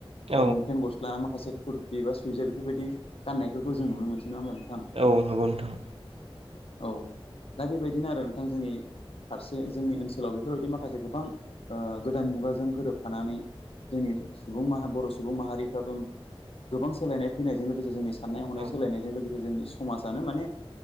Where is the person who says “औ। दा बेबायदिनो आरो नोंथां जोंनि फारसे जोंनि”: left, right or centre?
Left